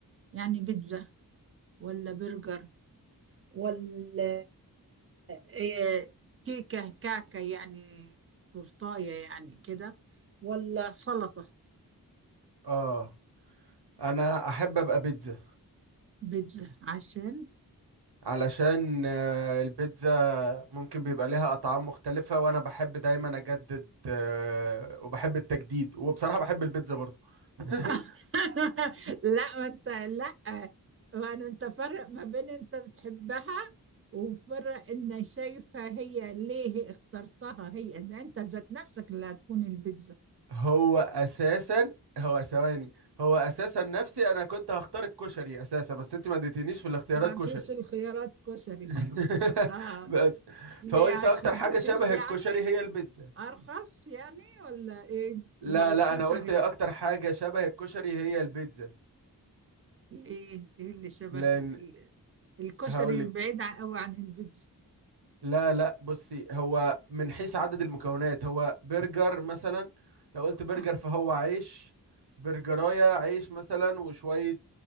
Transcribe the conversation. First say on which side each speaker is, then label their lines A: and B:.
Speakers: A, on the right; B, on the right.
A: يعني بيتزا ولا برجر ولا إيه كيكة كعكة يعني تورتاية يعني كده ولا سلطة
B: اه انا احب ابقى بيتزا
A: بيتزا عشان
B: علشان آه، البيتزا ممكن بيبقى ليها اطعام مختلفة وانا بحب دايما اجدد آه، وبحب التجديد وبصراحة بحب البيتزا برضو <laughs>
A: <laughs> لا ما انت لا وأنا انت فرق ما بين انت بتحبها وفرق ان شايفها هي ليه هي اخترتها هي ان انت ذات نفسك اللي هتكون البيتزا
B: هو اساسا هو ثواني هو اساسا نفسي انا كنت هختار الكشري اساسا بس انت ما اديتنيش في الاختيارات
A: ما
B: كشري
A: فيش الخيارات كشري
B: <laughs>
A: اه
B: بس
A: ليه
B: فقلت
A: عشان
B: اكتر حاجة
A: رخيص
B: شبه
A: يعني
B: الكشري هي البيتزا
A: ارخص يعني ولا ايه
B: لا
A: لو
B: لا
A: كشري
B: انا قلت اكتر حاجه شبه الكشري هي البيتزا
A: ليه ايه اللي شبه
B: لان
A: ال- الكشري
B: هقول لك
A: بعيد قوي عن البيتزا
B: لا لا بصي هو من حيث عدد المكونات هو برجر مثلا لو قلت برجر
A: آه.
B: فهو عيش برجرايه عيش مثلا وشويه